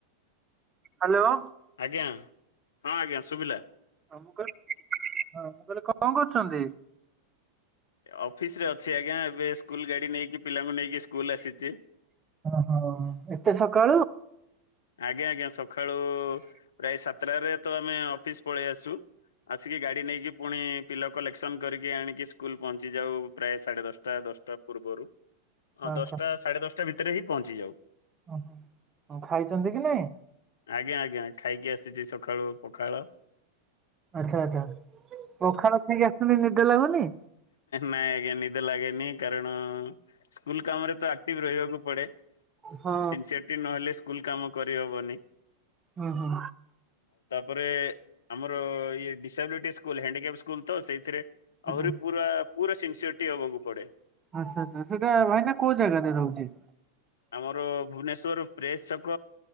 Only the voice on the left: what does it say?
ଆଜ୍ଞା। ହଁ ଆଜ୍ଞା ସୁଭିଲା।
ଅଫିସ ରେ ଅଛି ଆଜ୍ଞା। ଏବେ ସ୍କୁଲ ଗାଡି ନେଇକି ପିଲାଙ୍କୁ ନେଇକି ସ୍କୁଲ ଆସିଛି।
ଆଜ୍ଞା ଆଜ୍ଞା। ସକାଳୁ ପ୍ରାୟ ସାତଟାରେ ତ ଆମେ ଅଫିସ ପଳେଇ ଆସୁ। ଆସିକି ଗାଡି ନେଇକି ପୁଣି ପିଲା କଲେକ୍ସନ କରିକି ଆଣିକି, ସ୍କୁଲ ପହଞ୍ଚି ଯାଉ। ପ୍ରାୟ ସାଢ଼େ ଦଶଟା ଦଶଟା ପୂର୍ବରୁ। ହଁ
ଦଶଟା ସାଢେ ଦଶଟା ଭିତରେ, ହିଁ ପହଞ୍ଚି ଯାଉ।
ଆଜ୍ଞା ଆଜ୍ଞା। ଖାଇକି ଆସିଛି ସକାଳୁ ପଖାଳ।
ନାଇଁ ଆଜ୍ଞା। ନିଦ ଲାଗେନି, କାରଣ ସ୍କୁଲ କାମରେ ତ ଆକ୍ଟିଭ ରହିବାକୁ ପଡେ।
ସିନ୍ସିୟରିଟି ନହେଲେ ସ୍କୁଲ କାମ କରିହବନି।
ତା ପରେ ଆମର ଇଏ ଡିସାବିଲିଟି ସ୍କୁଲ ହାଣ୍ଡିକ୍ୟାପ୍ ସ୍କୁଲ ତ ସେଇଥିରେ
ଆହୁରି
ପୁରା ପୁରା ସିନ୍ସିଅରଟି ହବାକୁ ପଡେ।
ଆମର ଭୁବନେଶ୍ଵର ପ୍ରେସ ଛକ